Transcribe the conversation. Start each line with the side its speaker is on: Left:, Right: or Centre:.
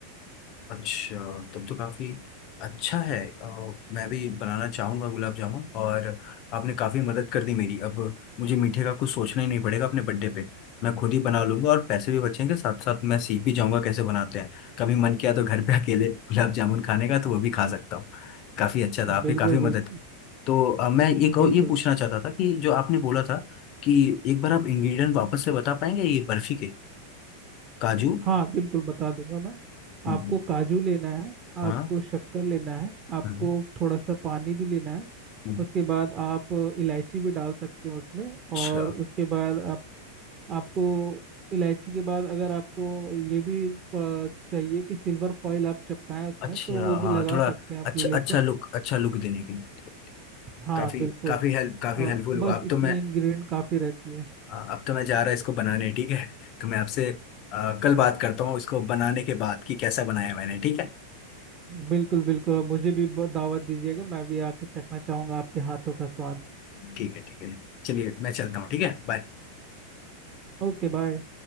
Left: अच्छा तब तो काफी अच्छा है अ, मैं भी बनाना चाहूंगा गुलाब जामुन और आपने काफी मदद कर दी मेरी अब मुझे मीठे का कुछ सोचना ही नहीं पड़ेगा अपने बर्थडे पे मैं खुद ही बना लूंगा और पैसे भी बचेंगे साथ साथ मैं सीख भी जाऊंगा कैसे बनाते हैं कभी मन किया तो घर पे अकेले गुलाब जामुन खाने का तो वो भी खा सकता हूँ काफी अच्छा था आपने
Right: बिल्कुल
Left: काफी मदद
Right: बिल्कुल
Left: की तो अ, मैं ये कहो
Right: बिल्कुल
Left: ये पूछना चाहता था कि जो आपने बोला था कि एक बार आप इंग्रेडिएंट वापस से बता पाएंगे ये बर्फी के काजू
Right: हाँ बिल्कुल बता दूंगा मैं
Left: हम्म,
Right: आपको काजू लेना है
Left: हाँ
Right: आपको शक्कर लेना है आपको
Left: हम्म,
Right: थोड़ा सा पानी भी लेना है
Left: हम्म,
Right: उसके बाद आप इलायची भी डाल सकते हो उसमें
Left: अच्छा
Right: और उसके बाद आप आपको इलायची के बाद अगर आपको ये भी अ, चाहिए कि सिल्वर फॉइल आप चिपकाएं उसमें
Left: अच्छा
Right: तो वो भी
Left: हाँ
Right: लगा
Left: थोड़ा
Right: सकते हैं आप
Left: अच्छा
Right: लेकर
Left: अच्छा लुक अच्छा लुक देने के लिए
Right: हाँ
Left: काफी
Right: बिल्कुल
Left: काफी हेल्प काफी
Right: और
Left: हेल्पफुल
Right: बस
Left: हुआ अब
Right: इतनी
Left: तो मैं
Right: इंग्रेडिएंट काफ़ी रहती है
Left: अब तो मैं जा रहा इसको बनाने ठीक है तो मैं आपसे अ, कल बात करता हूँ इसको बनाने के बाद कि कैसा बनाया मैंने ठीक है
Right: बिल्कुल बिल्कुल और मुझे भी ब- दावत दीजिएगा मैं भी आके चखना चाहूंगा आपके हाथों का स्वाद
Left: ठीक है ठीक है चलिए मैं चलता हूँ ठीक है बाय
Right: Okay bye